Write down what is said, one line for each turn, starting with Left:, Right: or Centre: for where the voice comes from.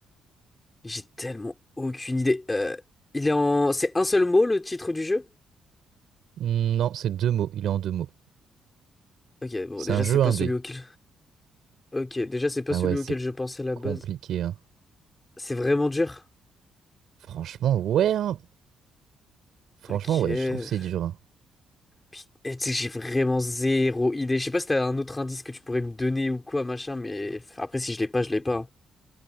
Left: J'ai tellement aucune idée. Euh, il est en... C'est un seul mot, le titre du jeu?
Right: Hmm, Non, c'est deux mots. Il est en deux mots.
Left: Ok, bon,
Right: C'est
Left: déjà,
Right: un jeu
Left: c'est pas
Right: indé.
Left: celui auquel... Ok, déjà, c'est pas
Right: Ah
Left: celui
Right: ouais, c'est
Left: auquel je pensais à la
Right: compliqué,
Left: base.
Right: hein.
Left: C'est vraiment dur?
Right: Franchement, ouais, hein. Franchement,
Left: Ok...
Right: ouais, je trouve c'est dur, hein.
Left: Puis, eh, tu sais, j'ai vraiment zéro idée. Je sais pas si t'as un autre indice que tu pourrais me donner ou quoi, machin, mais... enfin, après, si je l'ai pas, je l'ai pas. hein.